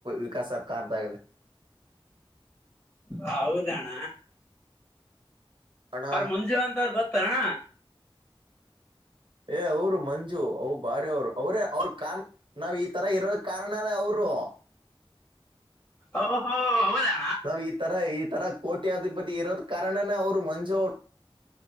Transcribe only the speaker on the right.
ವಿಕ ಸರ್ಕಾರದಗಲೆ
ಅಣ್ಣ
ಏ ಅವ್ರು ಮಂಜು ಅವ ಬಾರಿ ಅವರು ಅವರೇ ಅವ್ರ ಕ ನಾವ್ ಈ ತರ ಇರೋದ ಕಾರಣ ಅವರು ಕಬ್ರೋ
ನಾವ್ ಈ ತರ ಈ ತರ ಕೋಟಿ ಅಧಿಪತಿ ಇರೋದ ಕಾರಣನ ಅವ್ರು ಮಂಜು ಅವರು